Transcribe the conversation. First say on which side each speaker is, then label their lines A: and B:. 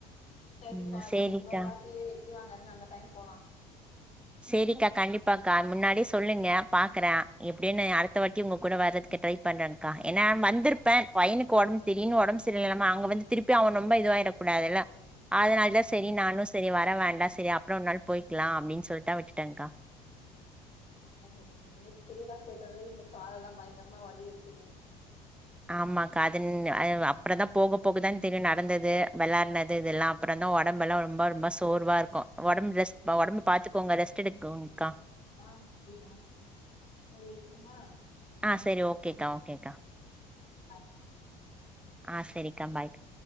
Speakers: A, on the left; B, in the centre.
A: சரிப்பா
B: ம் சேரிக்கா
A: சரி இன்னொரு வாட்டி விக்கி வாங்கருங்க அந்த டைம் போலா
B: சேரிக்கா கண்டிப்பாக்கா முன்னாடி சொல்லுங்க பாக்குற எப்டின்னு அடுத்த வாட்டி உங்க கூட வர்றதுக் ட்ரை பண்றன்க்கா ஏன்னா வந்துருப்ப
A: ஆ
B: பையனுக்கு ஓடம்பு திடின்னு ஒடம்பு சரியில்லாமா அங்க வந்து திருப்பி அவ ரொம்ப இதுவாயிடக் கூடாதுல்ல அதனால
A: ஆமாப்பா
B: தா சரி நானு சரி வர வேண்டா சரி அப்றோ ஒரு நாள் போய்கலா அப்டின்னு சொல்ட்டா விட்டுட்டங்க்கா
A: கண்டிப்பா தோழி நேத் திருவிழாக்கு போய்ட்டு வந்ததே இன்னு கால் எல்லா பயங்கரமா வழி இருக்குது
B: ஆமாக்கா அதுந் அ அப்புறந்தா போக போகதா தெரியு நடந்தது விளாடுனது இதெல்லா அப்புறந் தா ஓடம்பெல்லா ரொம்பா ரொம்பா சோர்வா இருக்கு ஓடம்பு ரெஸ்ட் ஓடம்பு பாத்துக்கோங்க ரெஸ்ட் எடுக்கோங்கக்கா
A: ஆ சரிப்பா செரி வெக்கெட்டுமா
B: ஆ சரி ஓகேக்கா ஓகேக்கா
A: ஆ
B: ஆ சரிக்கா பாய்க்கா